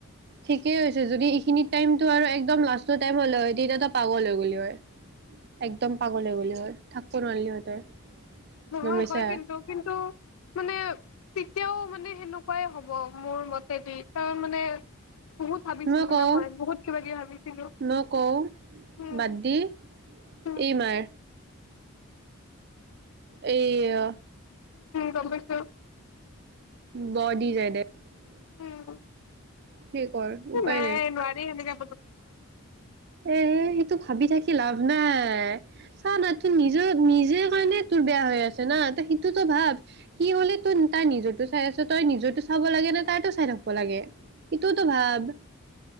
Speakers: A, on the right (about 50°); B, on the left (about 75°).
A: ঠিকেই হৈছে যদি এইখিনি টাইমতটো আৰু একদম লাষ্টৰ টাইম হলে হয় তেতিয়া পাগল হৈ গ'লি হয় একদম পাগল গ'লি হয় থাকিব নোৱাৰিলি হয় তই
B: নহয়
A: গম পাইছা
B: হয় কিন্তু কিন্তু মানে তেতিয়াও মানে সেনেকুৱাই হ'ব মোৰ মতেদি তই মানে বহুত ভাবিছিলো
A: মই কওঁ
B: না বহুত কিবা কিবি ভাবিছিলো
A: মই কওঁ
B: উম,
A: বাদ দি
B: উম।
A: এই মাৰ এয়াই
B: গমপাইছে
A: বৰ দি যাই দে <unintelligible>
B: উম
A: সেই কৰ উপায়
B: নাই নোৱাৰি সেনেকা
A: এ সেইটো ভাবি থাকি কি লাভ নাই চানা তোৰ নিজৰ নিজে কাৰণে তোৰ বেয়া হৈ আছে না ত সিটোতো ভাব সি হলে তোৰ তাৰ নিজৰ চাই আছে তই নিজৰটো চাব লাগে নে তাইতো চাই থাকিব লাগে সেইটোওতো ভাব।